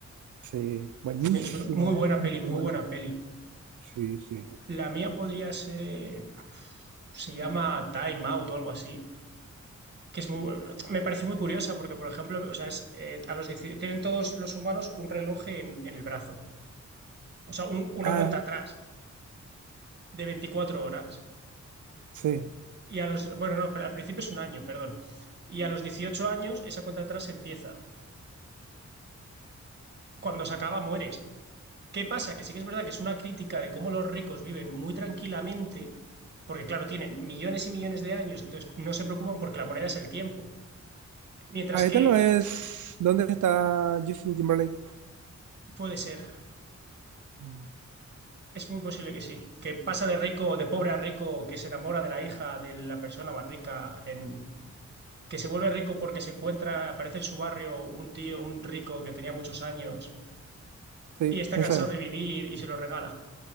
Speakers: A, on the right; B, on the right.
A: Sí, buenísima,
B: Me suena- Muy buena
A: es muy
B: peli, muy
A: buena.
B: buena peli.
A: Sí, sí.
B: La mía podría ser... Se llama Time Out o algo así. Que es muy... bu- Me parece muy curiosa porque, por ejemplo, o sea, es, eh, a los 10 tienen todos los humanos un reloj en, en el brazo. O sea, un- una
A: Ah,
B: cuenta atrás de 24 horas.
A: sí.
B: Y a los... Bueno, no, pero al principio es un año, perdón. Y a los 18 años esa cuenta atrás empieza. Cuando se acaba, mueres. ¿Qué pasa? Que sí que es verdad que es una crítica de cómo los ricos viven muy tranquilamente, porque claro, tienen millones y millones de años, entonces no se preocupan porque la moneda es el tiempo. Mientras
A: Ah, esta
B: que
A: no es. ¿Dónde está Justin Timberlake?
B: puede ser,
A: Mm,
B: es muy posible que sí, que pasa de rico, de pobre a rico, que se enamora de la hija de la persona más rica, en, que se vuelve rico porque se encuentra, aparece en su barrio un tío, un rico que tenía muchos años
A: Sí,
B: y está
A: esa
B: cansado
A: es.
B: de vivir y se lo regala.